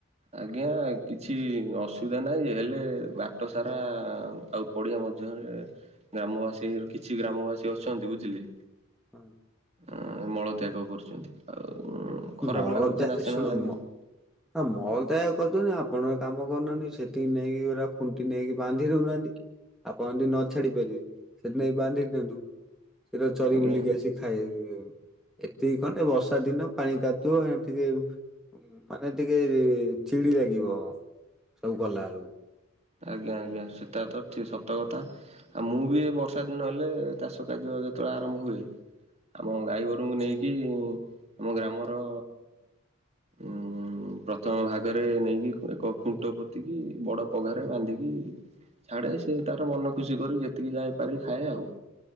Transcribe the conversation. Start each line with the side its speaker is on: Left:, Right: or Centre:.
Right: ଆଜ୍ଞା। କିଛି ଅସୁବିଧା ନାହିଁ ଯେ, ହେଲେ ବାଟ ସାରା ଆଉ ପଡ଼ିଆ ମଧ୍ୟରେ ଗ୍ରାମବାସୀଙ୍କର, କିଛି ଗ୍ରାମବାସୀ ଅଛନ୍ତି ବୁଝିଲେ
Centre: ହଁ।
Right: ଅ ମଳତ୍ୟାଗ କରୁଚନ୍ତି, ଆଉ ଖରାପ
Centre: ମଳତ୍ୟା
Right: ଲାଗୁଚି, ନାସନା
Centre: ଶୁଣ
Right: ଲାଗୁଚି।
Centre: ମ ହଁ ମଳ ତ୍ୟାଗ କରୁଚନ୍ତି, ଆପଣଙ୍କ କାମ କରୁନାହାନ୍ତି ସେଠିକି ନେଇକି ଗୁରା ଖୁଣ୍ଟି ନେଇକି ବାନ୍ଧି ଦଉନାହାନ୍ତି? ଆପଣ ଯଦି ନ ଛାଡି ପାରିବେ, ସେଦି ନେଇ ବାନ୍ଧି ଦିଅନ୍ତୁ। ସେଟା ଚରି
Right: ଆଜ୍ଞା
Centre: ବୁଲିକି ଆସି ଖାଇ, ଏତିକି କଲେ ଏ ବର୍ଷା ଦିନ ପାଣି କାଦୁଅ ଟିକେ ମାନେ ଟିକେ ଚିଡି ଲାଗିବ, ସବୁ କଲା ବେଳକୁ।
Right: ଆଜ୍ଞା ଆଜ୍ଞା, ସେଟା ତ ଠ ସତ କଥା। ଆଉ ମୁଁ ବି ଏ ବର୍ଷା ଦିନ ହେଲେ, ଚାଷ କାର୍ଯ୍ୟ ଯେତେବେଳେ ଆରମ୍ଭ ହୁଏ ଆମ ଗାଈ ଗୋରୁଙ୍କୁ ନେଇକି, ଆମ ଗ୍ରାମର ଉଁ ପ୍ରଥମ ଭାଗରେ ନେଇକି, ଏକ ଖୁଣ୍ଟ ପୋତିକି ବଡ ପଘାରେ ବାନ୍ଧିକି ଛାଡ଼େ, ସେ ତାର ମନ ଖୁସି କରି ଯେତିକି ଯାଇପାରି ଖାଏ ଆଉ।